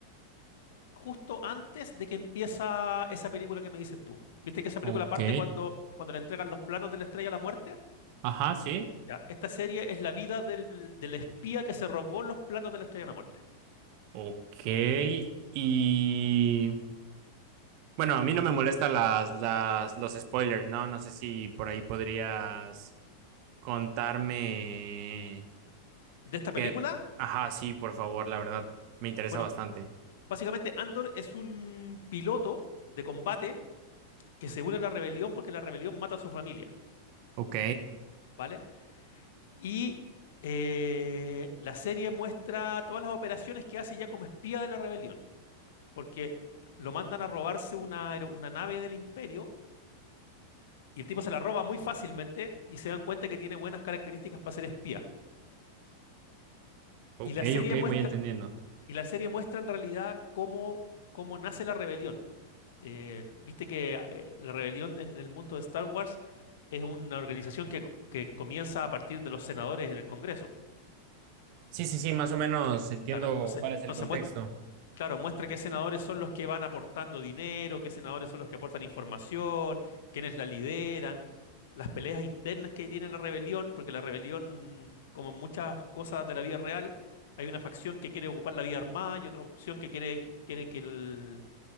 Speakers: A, on the left; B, on the right.
A: justo antes de que empieza esa película que me dices tú. ¿Viste que esa
B: Ok.
A: película parte cuando, cuando le entregan los planos de la Estrella de la Muerte?
B: Ajá, sí.
A: Ya, esta serie es la vida del, del espía que se robó los planos de la Estrella de la Muerte.
B: Ok. Y Bueno, a mí no me molestan las, las, los spoilers, ¿no? No sé si por ahí podrías contarme
A: De esta película,
B: que... Ajá, sí, por favor, la verdad, me interesa
A: bueno,
B: bastante.
A: Básicamente, Andor es un piloto de combate que se une a la rebelión porque la rebelión mata a su familia,
B: Ok,
A: ¿vale? Y eh, la serie muestra todas las operaciones que hace ya como espía de la rebelión, porque lo mandan a robarse una, aero- una nave del imperio y el tipo se la roba muy fácilmente y se dan cuenta que tiene buenas características para ser espía.
B: ok,
A: Y la serie
B: ok,
A: muestra
B: voy entendiendo.
A: Y la serie muestra en realidad cómo, cómo nace la rebelión. Eh, viste que eh, la rebelión en el mundo de Star Wars es una organización que, que comienza a partir de los senadores en el Congreso.
B: Sí, sí, sí, más o menos entiendo
A: Claro, entonces,
B: cuál es
A: entonces
B: el contexto.
A: muest- claro, muestra qué senadores son los que van aportando dinero, qué senadores son los que aportan información, quiénes la lideran, las peleas internas que tiene la rebelión, porque la rebelión, como en muchas cosas de la vida real, hay una facción que quiere ocupar la vía armada y otra opción que quiere, quiere que el-